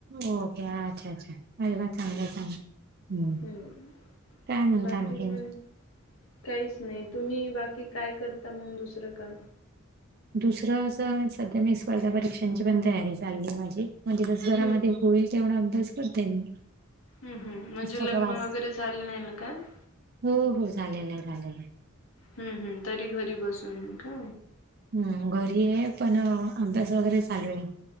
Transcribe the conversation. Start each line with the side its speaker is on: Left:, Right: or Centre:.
Right: ओके अच्छा अच्छा. अरे वा चांगलं
Left: हम्म
Right: चांग हम्म
Left: हम्म.
Right: काय म्हणता
Left: बाकी
Right: आणखीण.
Left: मग काहीच नाही तुम्ही बाकी काय करता मंग दुसरं काम.
Right: दुसरं अस सध्या मी स्पर्धा परीक्षांची पण तयारी चालु हे माझी म्हणजे बस घरामध्ये.
Left: हम्म
Right: होईल तेवढा आभ्यास करते मी.
Left: हम्म हम्म म्हणजे
Right: पुस्तकं
Left: लग्न
Right: वाच
Left: वगैरे झालं नाही ना का <unintelligible>
Right: हो हो झालेलं हे झालेलं हे.
Left: हम्म हम्म तरी घरी बसून. <unintelligible> का
Right: हम्म घरी आहे पण अभ्यास वगैरे चालू आहे.